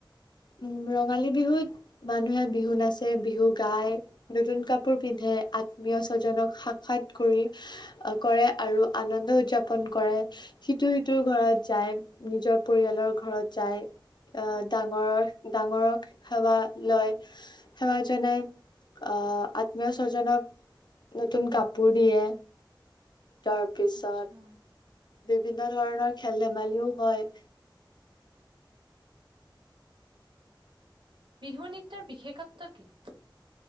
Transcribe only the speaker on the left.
উ ৰঙালী বিহুত মানুহে বিহু নাচে, বিহু গায়, নতুন কাপোৰ পিন্ধে, আত্মীয় স্বজনক সাক্ষাৎ কৰি কৰে আৰু আনন্দ উদযাপন কৰে সিটো সিটোৰ ঘৰত যায় নিজৰ পৰিয়ালৰ ঘৰত যায় আহ ডাঙৰৰ ডাঙৰক সেৱা লয় সেৱা জনাই আহ আত্মীয় স্বজনক নতুন কাপোৰ দিয়ে। তাৰপিছত
বিভিন্ন ধৰণৰ খেল ধেমালিও হয়।